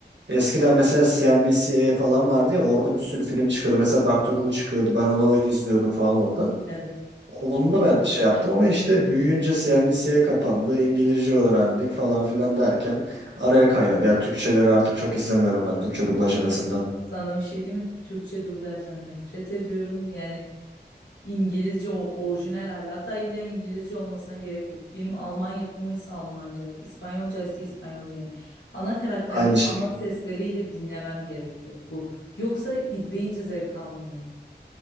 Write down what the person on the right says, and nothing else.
Eskiden mesela CNBC'ye falan vardı ya orada bir sürü film çıkıyordu. Mesela Doctor Who çıkıyordu. Ben onu izliyordum falan orada.
Onunla ben şey yaptım ama işte büyüyünce CNBC'ye kapandı. İngilizce öğrendik falan filan derken araya kaynadı. Ya Türkçeleri artık çok izlemiyorum ben. Türkçe dublaj en azından.
Aynı şekilde.